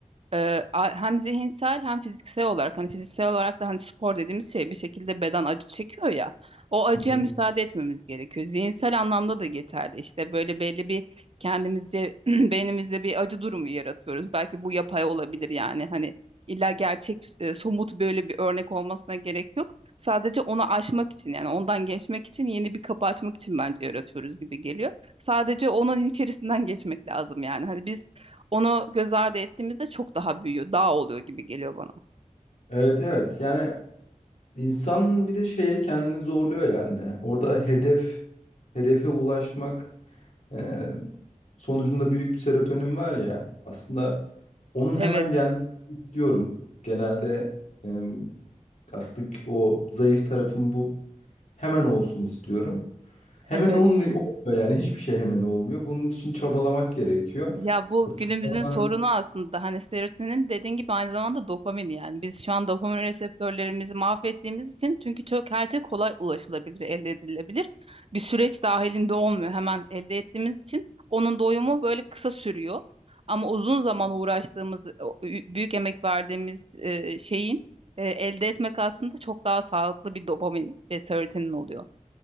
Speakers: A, on the right; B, on the left.
A: Ee, a- hem zihinsel hem fiziksel olarak hani fiziksel olarak da hani spor dediğimiz şey bir şekilde beden acı çekiyor ya o acıya
B: Hı hı.
A: müsaade etmemiz gerekiyor. Zihinsel anlamda da geçerli işte böyle belli bir kendimizce <clears throat> beynimizde bir acı durumu yaratıyoruz. Belki bu yapay olabilir yani hani illa gerçek e, somut böyle bir örnek olmasına gerek yok. Sadece onu aşmak için yani ondan geçmek için yeni bir kapı açmak için bence yaratıyoruz gibi geliyor. Sadece onun içerisinden geçmek lazım yani. Hani biz onu göz ardı ettiğimizde çok daha büyüyor, daha oluyor gibi geliyor bana.
B: Evet evet yani insan bir de şeye kendini zorluyor yani. Orada hedef hedefe ulaşmak e, sonucunda büyük bir serotonin var ya aslında onun
A: Evet,
B: hemen gelmesini istiyorum. Genelde e, aslında o zayıf tarafım bu hemen olsun istiyorum. Hemen
A: evet.
B: olmuyor, olmuyor yani hiçbir şey hemen olmuyor. Bunun için çabalamak gerekiyor.
A: Ya bu
B: O çabalamak
A: günümüzün sorunu aslında hani serotonin dediğin gibi aynı zamanda dopamin yani. Biz şu an dopamin reseptörlerimizi mahvettiğimiz için çünkü çok her şey kolay ulaşılabilir, elde edilebilir. Bir süreç dahilinde olmuyor hemen elde ettiğimiz için onun doyumu böyle kısa sürüyor. Ama uzun zaman uğraştığımız, o ü- büyük emek verdiğimiz e, şeyin e, elde etmek aslında çok daha sağlıklı bir dopamin ve serotonin oluyor.